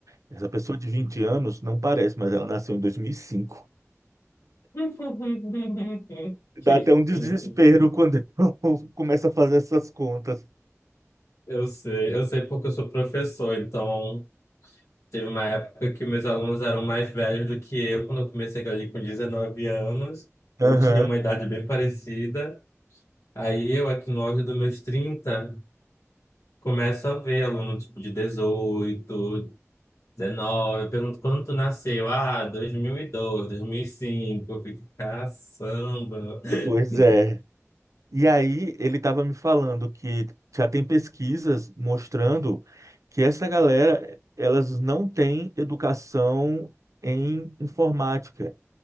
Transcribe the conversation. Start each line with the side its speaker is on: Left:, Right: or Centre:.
Right: Essa pessoa de 20 anos não parece, mas ela nasceu em dois mil e cinco
Left: <laughs>
Right: Dá até um desespero quando <laughs> eu começo a fazer essas contas.
Left: Eu sei, eu sei porque eu sou professor, então teve uma época que meus alunos eram mais velhos do que eu, quando eu comecei ali com 19 anos,
Right: Aham.
Left: ou tinha uma idade bem parecida. Aí eu, aqui no auge dos meus 30, começo a ver aluno tipo de 18, 19, eu pergunto quando tu nasceu? Ah, dois mil e dois mil mil e e cinco. eu fico, caçamba. <laughs>
Right: Pois é. E aí, ele estava me falando que já tem pesquisas mostrando que essa galera, elas não têm educação em informática.